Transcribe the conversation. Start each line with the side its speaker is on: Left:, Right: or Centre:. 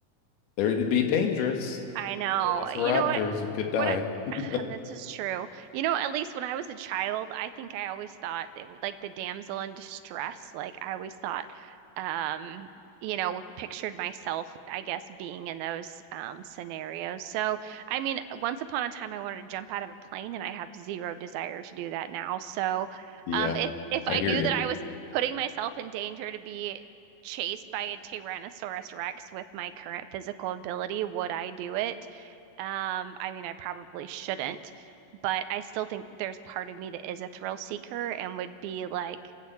Left: There it'd be dangerous.
Right: I know.
Left: Velociraptors,
Right: You know what?
Left: you could die.
Right: When I,
Left: <laughs>
Right: <sighs> and this is true. You know, at least when I was a child, I think I always thought it would like the damsel in distress. Like I always thought, um, you know, pictured myself, I guess, being in those um scenarios. So, I mean, once upon a time, I wanted to jump out of a plane, and I have zero desire to do that now. So,
Left: Yeah,
Right: um, if if
Left: I
Right: I
Left: hear
Right: knew
Left: you.
Right: that I was putting myself in danger to be chased by a Tyrannosaurus Rex with my current physical ability, would I do it? Um, I mean, I probably shouldn't, but I still think there's part of me that is a thrill seeker and would be like,